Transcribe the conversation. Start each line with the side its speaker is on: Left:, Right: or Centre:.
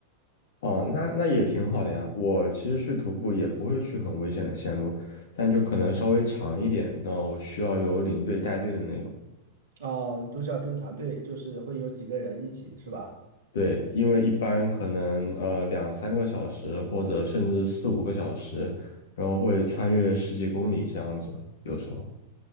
Left: 哦，那那也挺好的呀。我其实去徒步也不会去很危险的线路，但就可能稍微长一点，然后需要有领队带队的那种。
Right: 哦，你都是要跟团队，就是会有几个人一起，是吧？
Left: 对，因为一般可能呃两三个小时或者甚至四五个小时，然后会穿越十几公里这样子，有时候。